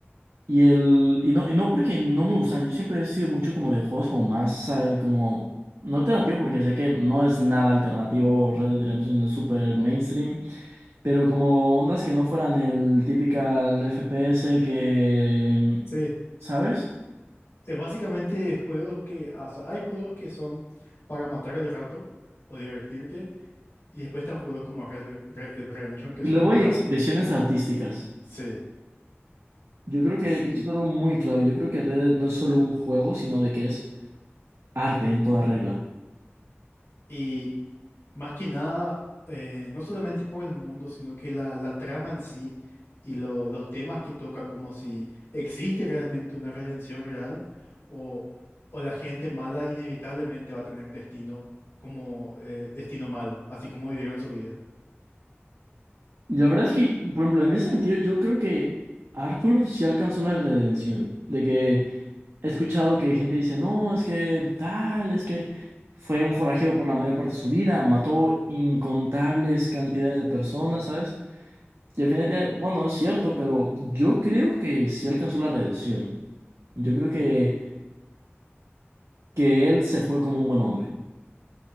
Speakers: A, on the right; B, on the left.
A: Y el, y no, y no porque no me gustan, yo siempre he sido mucho como de juegos como más, eh, como, no alternativo porque sé que no es nada alternativo, Red Dead Redemption es súper mainstream. Pero como ondas que no fueran el típica el FPS que,
B: sí.
A: ¿sabes?
B: Es básicamente juegos que, ah, o sea, hay juegos que son para matar el rato o divertirte, y después están juegos como Red, Dead- Red Dead Redemption que
A: Y
B: son
A: luego
B: para,
A: hay expresiones artísticas.
B: sí,
A: Yo creo que,
B: slit.
A: que eso es algo muy clave. Yo creo que Red Dead no es solo un juego, sino de que es arte en toda regla.
B: Y más que nada, eh, no solamente por el mundo, sino que la, la trama en sí y lo- los temas que toca, como si existe realmente una redención real o, o la gente mala inevitablemente va a tener un destino como eh, destino malo, así como vivieron su vida.
A: Y la verdad es que, por ejemplo, en ese sentido, yo creo que Arthur sí alcanzó la redención. De que he escuchado que gente dice, no, es que tal, es que fue un forajeo por la mayor parte de su vida, mató incontables cantidades de personas, ¿sabes? Y al final, del día, bueno, es cierto, pero yo creo que sí alcanzó la redención. Yo creo que, que él se fue como un buen hombre.